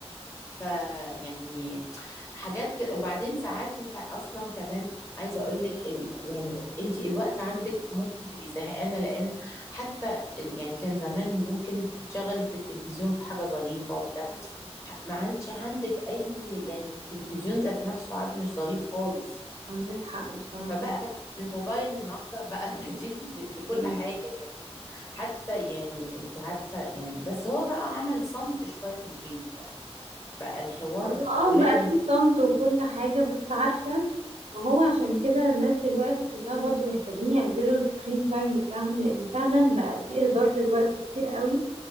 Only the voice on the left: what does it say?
فيعني حاجات كده وبعدين ساعات انت اصلا كمان عايزه اقول لك ال... يعني انت الوقت عندك ممكن تبقي زهقانه لان حتى ال... يعني كان زمان ممكن تتشغلي في التلفزيون في حاجه ظريفه في ده
ح- ما عادش عندك اي يعني التلفزيون ذات نفسه عاد مش ظريف خالص
فبقى الموبايل النهارده بقى <laughs> بديل ل- لكل
حاجه يعني حتى يعني انت عارفه يعني بس هو بقى عمل صمت شويه في البيت يعني بقى الحوار
قليل